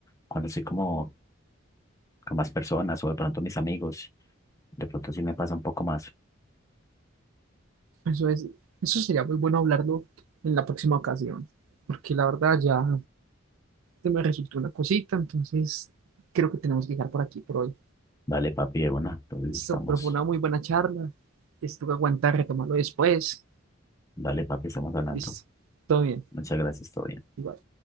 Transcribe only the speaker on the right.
Eso es, eso sería muy bueno hablarlo en la próxima ocasión, porque la verdad ya me resultó una cosita, entonces creo que tenemos que dejar por aquí por hoy.
Listo,
pero fue una muy buena charla. Listo, que aguantar, retomarlo después.
Listo, todo bien.
Igual.